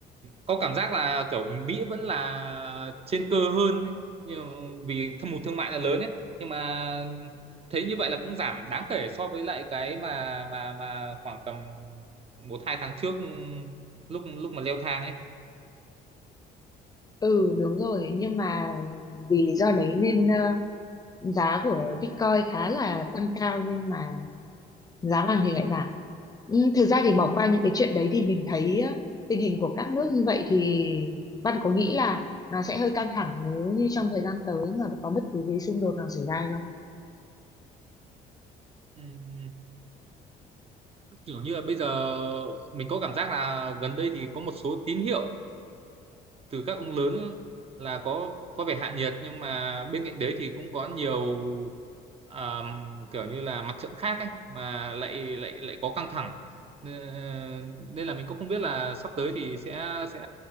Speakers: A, on the right (about 35°); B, on the left (about 20°).
A: có cảm giác là kiểu Mỹ vẫn là trên cơ hơn ấy. Nhưng vì thâm hụt thương mại là lớn ấy nhưng mà thấy như vậy là cũng giảm đáng kể so với lại cái mà mà mà khoảng tầm một hai tháng trước ừ, lúc lúc mà leo thang ấy
B: Ừ đúng rồi nhưng mà vì lý do đấy nên ờ, giá của Bitcoin khá là tăng cao nhưng mà giá vàng thì lại giảm. Ừ, thực ra thì bỏ qua những cái chuyện đấy thì mình thấy á, tình hình của các nước như vậy thì Văn có nghĩ là nó sẽ hơi căng thẳng nếu như trong thời gian tới mà có bất cứ cái xung đột nào xảy ra hay không?
A: Ừm, kiểu như là bây giờ mình có cảm giác là gần đây thì có một số tín hiệu từ các ông lớn là có có vẻ hạ nhiệt nhưng mà bên cạnh đấy thì cũng có nhiều à, kiểu như là mặt trận khác ấy mà lại lại lại có căng thẳng Ờ, nên là mình cũng không biết là sắp tới thì sẽ sẽ